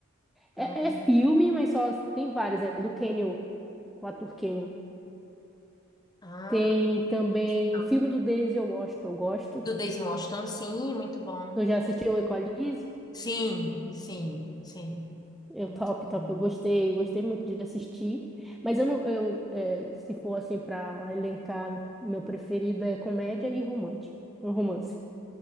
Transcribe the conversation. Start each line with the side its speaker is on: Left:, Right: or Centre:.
Left: Pelo
Centre: é,
Left: menos.
Centre: é
Left: o
Centre: filme,
Left: nome?
Centre: mas só tem vários. É do Kenyo, o ator Kenyo.
Left: Ah,
Centre: Tem também
Left: não.
Centre: filme do Denzel Washington, eu gosto.
Left: Do Daisy Washington, sim, muito bom.
Centre: Tu já assistiu Equalize?
Left: Sim, sim, sim.
Centre: Eu
Left: Muito
Centre: top,
Left: legal.
Centre: top, eu gostei, eu gostei muito de assistir. Mas eu não, eu, é, se for assim para elencar, meu preferido é comédia e romance, um romance.